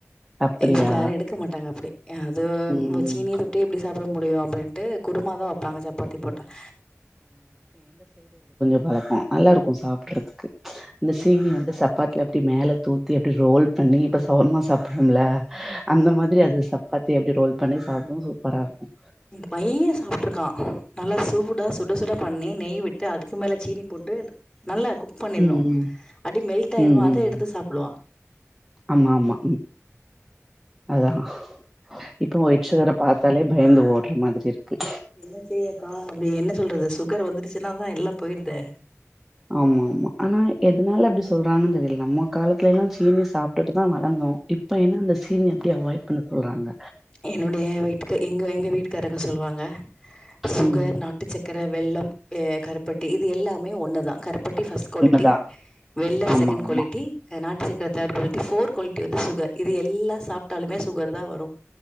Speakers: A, in the centre; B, on the left (about 15°).
A: அப்டியா
B: எங்க வீட்டுல யாரும் எடுக்க மாட்டாங்க அப்டி எ அது
A: ம்
B: சீனிய தொட்டே எப்டி சாப் அப்புற முடியும் அப்டின்ட்டு குருமா தான் வப்பாங்க சப்பாத்தி போட்டால்
A: வளர்ப்போம் நல்ல இருக்கும் சாப்புறதுக்கு இந்த
B: ம்
A: சீனி வந்து சப்பாத்துல அப்டி மேல தூத்தி அப்டி ரோல் பண்ணி இப்ப ஷவர்மா சாப்படுறோம்ல
B: ம்
A: அந்த மாதிரி அது சப்பாத்தி அப்டி ரோல் பண்ணி சாப்பிடும் சூப்பரா இருக்கும்
B: பையன் சாப்புட்டுருக்கான் நல்ல சுடா சுட-சுட பண்ணி நெய் விட்டு அதுக்கு மேல சீனி போட்டு நல்லா குக் பண்ணிர்ணு
A: உம்-உம்-உம்-உம்
B: அப்டி மெல்ட் ஆயிரு அத எடுத்து சாப்டுவா
A: ஆமா-ஆமா அதான் இப்ப ஒயிட் சுகர் பாத்தாலே பயந்து ஓடுற மாதிரி இருக்குது
B: என்ன செய்யக்கா அப்டி என்ன சொல்றது சுகர் வந்துருச்சு இதனாலதான் எல்லாம் போயிருதே
A: ஆமா ஆமா ஆனா எதனால அப்டி சொல்கறாங்கன்னு தெரியல நம்ம காலத்துயெல்லாம் சீனி சாப்பிட்டுட்டு தான் வளந்தோ இப்ப என்னா அந்த சீனி அப்டி அவாய்ட் பண்ண சொல்றாங்க
B: என்னுடைய வீட்டு எங்க-எங்க வீட்டுக்காரங்க சொல்லுவாங்க சுகர்
A: ம்
B: நாட்டுச்சக் வேற வெல்லம் கருப்பட்டி இது எல்லாமே ஒன்னது தான் கரு பட்டி பஸ்ட் குவாலிட்டி
A: உண்மதா
B: வெல்ல
A: ஆமா
B: செகண்ட்
A: ஆமா
B: குவாலிட்டி நாட்டு இத தேர்ட் குவாலிட்டி போர் குவாலிட்டி வது சுகர் இது எல்லாம் சாப்பிட்டாலுமே சுகர் தான் வரும்